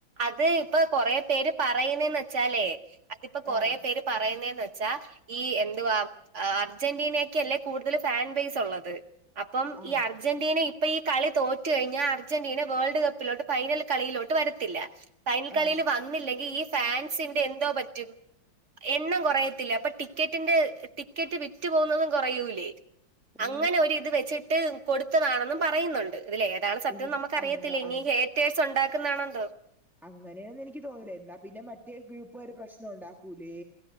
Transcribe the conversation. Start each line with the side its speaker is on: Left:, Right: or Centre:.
Right: അത് ഇപ്പൊ കൊറെ പേര് പറയുന്നേന്ന് ച്ചാലേ അതിപ്പോ കൊറ
Centre: ആ
Right: പേര് പറയുന്നേന്ന് വെച്ചാ ഈ എന്തുവ അർജന്റീനയ്ക്കല്ലേ കൂടുതല് ഫാൻ ബേസുള്ളത് അപ്പം
Centre: ആ
Right: ഈ അർ ജന്റീന ഇപ്പോ ഈ കളി തോറ്റുഴിഞ്ഞാ അർന്റീന വേൾഡ് കപ്പിലോട്ട് ഫൈനൽകളിയിലോട്ട് വരു തില്ല ഫൈനൽ കളീല്
Centre: ആ
Right: വന്നില്ലെങ്കി ഈ ഫാൻസിന്റെ എന്തോ പറ്റും എണ്ണം കുറയത്തില്ല അപ്പൊ ടിക്കറ്റിന്റെ ടിക്കറ്റ് വിറ്റു പോകുന്നതും കുറയൂലേ
Centre: ഓ
Right: അങ്ങനൊരിത് വെച്ചിട്ട് കൊടുത്തതാണെന്നും പറയുന്നു ഇതിലേതാണ് സത്യം
Centre: എനിക്ക്
Right: നമ്മക്കറിയത്തില്ല
Centre: അങ്ങ
Right: ഇനിങ്കി ഹേറ്റേഴ്സ് ഉണ്ടാക്കുന്നാണോ ന്തോ
Centre: അങ്ങനെയാന്നെനിക്ക് തോന്നല എന്നാ പിന്നെ മറ്റേ ഗ്രൂപ്പാര് പ്രശ്നം ഉണ്ടാക്കൂലേ